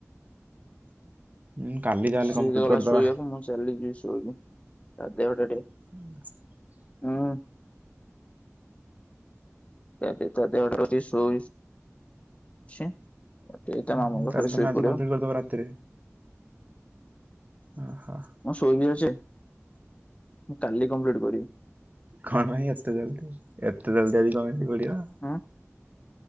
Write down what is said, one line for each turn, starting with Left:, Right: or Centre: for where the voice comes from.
Right: ହୁଁ କାଲି ଯାହାହେଲେ
Left: ସିଏ
Right: କମ୍ପ୍ଲିଟ
Left: ଗଲା
Right: କରିଦବା
Left: ଶୋଇବାକୁ ମୁଁ ଚାଲି ଯ ଶୋଇବି ତା ଦେହଟା
Right: ହୁଁ।
Left: ହଁ। ତା ଟିକେ ତା ଦେହଟା ଟିକେ ସୋ ଇଚି ଏ
Right: ଉଁ,
Left: ତ ମା
Right: ହୁଁ,
Left: ମଙ୍ଗ
Right: ତାହେଲେ
Left: ଖାରେ
Right: ତମେ
Left: ଶୋଇ
Right: ଆଜି
Left: ପଡ଼ିବ।
Right: କମ୍ପ୍ଲିଟ କରିଦବ ରାତିରେ। ଓହୋ
Left: ମୁଁ ଶୋଇବି ଅଛେ ମୁଁ କାଲି କମ୍ପ୍ଲିଟ କରିବି।
Right: କଣ ପାଇଁ ଏତେ ଜଲଦି ଏତେ ଜଲଦି ଆଜି ଶୋଇପଡିବ।
Left: ହୁଁ